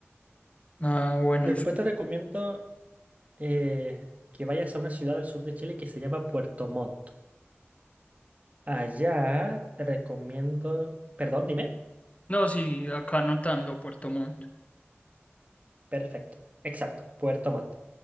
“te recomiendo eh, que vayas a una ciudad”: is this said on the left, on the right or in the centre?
Right